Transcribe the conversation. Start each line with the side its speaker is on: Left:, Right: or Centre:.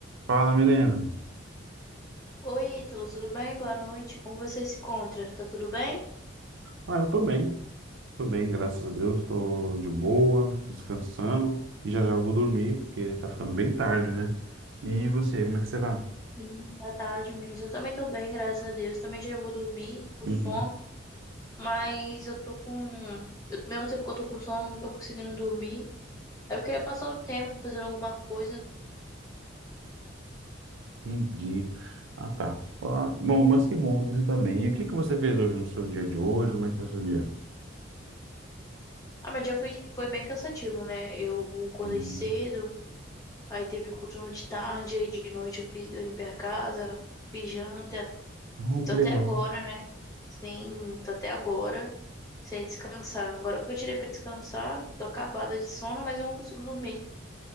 Right: Fala, Milena.
Left: Oi, Ítalo, tudo bem? Boa noite. Como você se encontra? Tá tudo bem?
Right: Ah, eu tô bem, tô bem, graças a Deus, tô de boa, descansando e já já eu vou dormir, porque tá ficando bem tarde, né? E você, como é que você tá?
Left: Sim, tá tarde mesmo. Eu também tô bem, graças a Deus. Também já vou dormir com
Right: Uhum,
Left: sono, mas eu tô com. eu- Ao mesmo tempo que eu tô com sono, não tô conseguindo dormir. Aí Eu queria passar o tempo fazendo alguma coisa.
Right: entendi. Ah, tá. Ah, Bom, mas que bom que você tá bem. E o que que você fez hoje no seu dia de hoje? Como é que foi o seu dia?
Left: Ah, meu dia foi, foi bem cansativo, né? Eu acordei
Right: Hum,
Left: cedo, aí teve coturno de tarde, aí de noite eu fiz, eu limpei a casa, fiz janta,
Right: Ah,
Left: e tô
Right: que
Left: até
Right: legal.
Left: agora, né? Sim, tô até agora sem descansar. Agora que eu tirei pra descansar, tô acabada de sono, mas eu não consigo dormir.